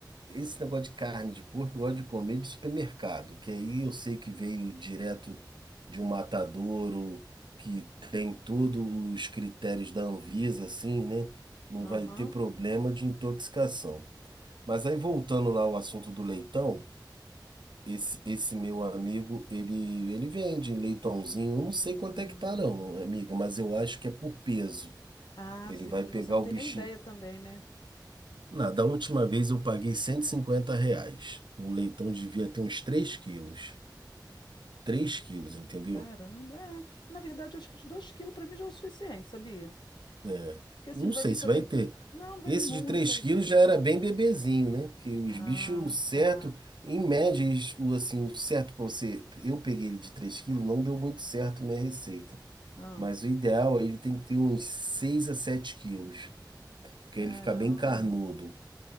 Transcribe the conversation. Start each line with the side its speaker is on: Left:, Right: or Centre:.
Right: esse negócio de carne de porco, eu gosto de comer de supermercado, que aí eu sei que veio direto de um matadouro, que tem todos os critérios da Anvisa, assim, né? Não
Left: Aham.
Right: vai ter problema de intoxicação. Mas aí voltando lá ao assunto do leitão, esse, esse meu amigo, ele, ele vende leitãozinho, eu não sei
Left: Hum.
Right: quanto é que tá não, amiga, mas eu acho que é por peso.
Left: Ah,
Right: Ele
Left: sim,
Right: vai
Left: e
Right: pegar
Left: você não
Right: o
Left: tem
Right: bichinho.
Left: nem ideia também, né?
Right: Na, da última vez eu paguei 150 reais. O leitão devia ter uns 3 quilos. três quilos, entendeu?
Left: Caramba, é. Na verdade, acho que 2 quilos para mim já é o suficiente, sabia?
Right: É.
Left: Porque assim,
Right: Não
Left: não vai
Right: sei
Left: vir
Right: se
Left: também.
Right: vai ter.
Left: Não, não vai
Right: Esse
Left: vir muita
Right: de 3 quilos
Left: gente.
Right: já era bem bebezinho, né? Que os
Left: Ah,
Right: bichos, o certo,
Left: tá.
Right: em média, eles- o, assim, o certo para você. Eu peguei ele de 3 quilos, não deu muito certo minha receita.
Left: Ah,
Right: Mas o ideal é ele tem que ter uns 6 a 7 quilos, porque
Left: caramba.
Right: ele fica bem carnudo.